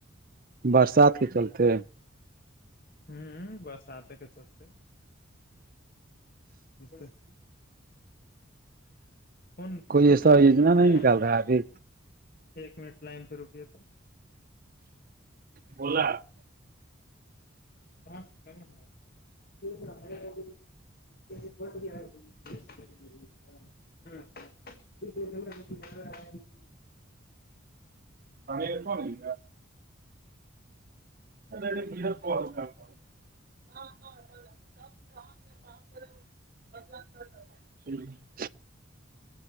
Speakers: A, on the right; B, on the left.
A: برسات کے چلتے
B: ہوں بس آتے کے چلتے <unintelligible> جر <unintelligible> فن پ
A: کوئی ایسا
B: سے
A: یوجنا
B: رکیے
A: نہیں نکال
B: گا جی
A: رہا ہے ابھی
B: ایک منٹ لائن پہ رکیے تو <unintelligible>
A: بوزلا <unintelligible>
B: ن <unintelligible> <inaudible> ہاں <unintelligible>
A: <unintelligible> پانیلپ ل ال میر کو کا کا <unintelligible> جی <inaudible>